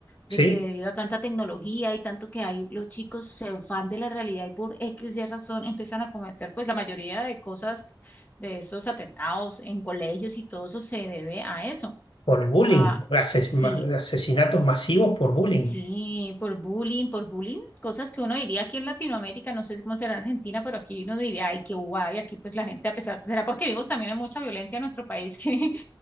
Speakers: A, on the left (about 85°); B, on the left (about 20°).
A: ¿sí?
B: De que debido a tanta tecnología y tanto que hay, los chicos se van de la realidad y por X y razón empiezan a cometer, pues la mayoría de cosas, de esos atentados en colegios y todo eso se debe a eso.
A: Por el bullying,
B: A,
A: ases-
B: sí,
A: ma- asesinatos masivos por bullying.
B: Sí, por bullying, por bullying, cosas que uno diría aquí en Latinoamérica, no sé cómo será en Argentina, pero aquí uno diría, ay, qué guay, aquí pues la gente a pesar, será porque vivimos también en mucha violencia en nuestro país que, <laughs>